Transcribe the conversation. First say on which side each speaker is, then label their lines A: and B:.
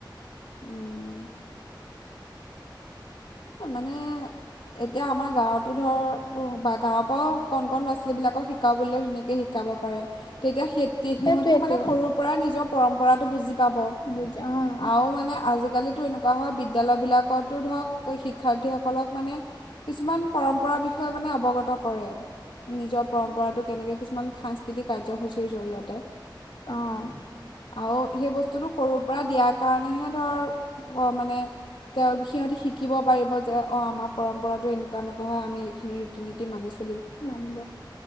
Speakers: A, on the left; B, on the left.
A: উম মানে এতিয়া আমাৰ গাঁৱতো ধৰ বা গাঁৱৰ পৰাও কন কন ল' ছোৱালী বিলাকৰ শিক শিকাব ব ধুনীয়াকৈ শিকাব পাৰে তেতিয়া সতি সিহঁতেও
B: সেইটোৱেইটো
A: মানে সৰুৰ পৰাই নিজৰ পৰম্পৰাটো বুজি পাব
B: বুজ অ'।
A: আৰু মানে আজিকালিতো এনেকুৱা হয় বিদ্যালয়বিলাকত তো ধৰক শিক্ষাৰ্থীসকলক মানে কিছুমান পৰম্পৰা বিষয়ে মানে অৱগত কৰে নিজৰ পৰম্পৰাতটো কেনেকে কিছুমান সাংস্কৃতিক কাৰ্যসূচীৰ জৰিয়তে
B: অ'
A: আৰু সেই বস্তুটো সৰুৰ পৰা দিয়াৰ কাৰনেহে ধৰ মানে তেওঁ সিহঁতি শিক শিকিব পাৰিব যে অঁ আমাৰ পৰম্পৰাটো এনেকুৱা নকৱাও আমি এইখিনি ৰীতি-নীতি মানিছো।
B: মান